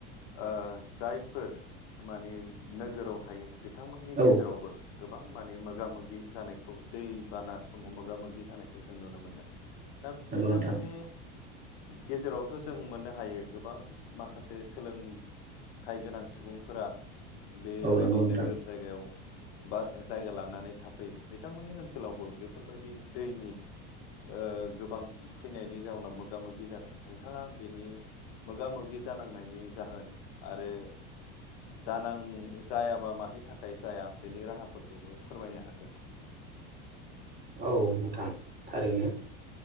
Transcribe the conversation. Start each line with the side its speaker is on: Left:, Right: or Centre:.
Left: ओ जाय फोर माने नोगोराव थायो बिथांमोननि
Right: औ
Left: गेजेरावबो गोबां माने मोगा मोगि जानायखौ दैबाना समाव मोगा मोगि जानायखौ जों नुनो मोनदों दा
Right: नंगौ
Left: बिथांमोननि
Right: नोंथां
Left: गेजेरावथ' जों मोननो हायो गोबां माखासे सोलों थाय गोनां सुबुंफोरा बेबायदि
Right: औ नंगौ नोंथां
Left: नोगोर जायगायाव बा जायगा लानानै थाफैयो बिथांमोननि ओनसोलावबो बेफोर बेबायदि दैनि ओ गोबां फैनायनि जाउनाव मोगा मोगि जादों नोंथाङा बेनि मोगा मोगि जानांनायनि जाहोन आरो जानां जायाबा मानि थाखाय जाया बेनि राहाफोरखौबो फोरमायनो हागोन
Right: औ नोंथां थारैनो